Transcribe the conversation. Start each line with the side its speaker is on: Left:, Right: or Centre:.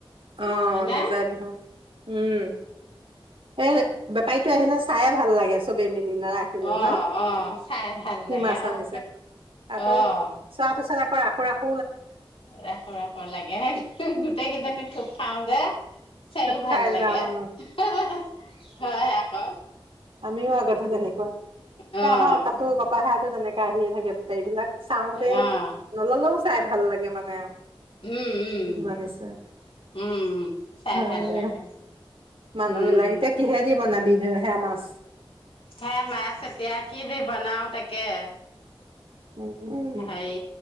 Right: অ'
Left: হয়নে
Right: নাযায় নহয়। উম, এই বেপাৰীটো আহিলে চাইয়ে ভাল লাগে চবে মিলি। নাৰাখিলেও
Left: অ',
Right: ন,
Left: অ', চাই ভাল
Right: কি
Left: লাগে
Right: মাছ
Left: হয়,
Right: আনিছে। আকৌ
Left: অ',
Right: চোৱাৰ পিছত আকৌ ৰাখোঁ-ৰাখোঁ
Left: ৰাখো ৰাখো লাগে, গোটেই কেইজনী থোপ খাও যে। চাইও
Right: থুপ
Left: ভাল
Right: খাই
Left: লাগে,
Right: যাওঁ
Left: হয় আকৌ।
Right: আমিও আগতেহ তেনেকুৱা
Left: অ',
Right: এ আমাৰ তাতো <unintelligible> তেনেকা আহিয়ে থাকে বেপাৰী বিলাক। চাওতে
Left: অ',
Right: নললেও চাই ভাল লাগে মানে আৰু।
Left: উম উম
Right: কিনোৱা নিচিনা
Left: উম, চাই
Right: হয়
Left: ভাল
Right: দে
Left: লাগে।
Right: মানুহ
Left: উম,
Right: বিলাক, এতিয়া কিহে দি বনাবি ধ সেয়া মাছ?
Left: হে মাছ এতিয়া কি দি বনাও তাকে।
Right: উম
Left: সেই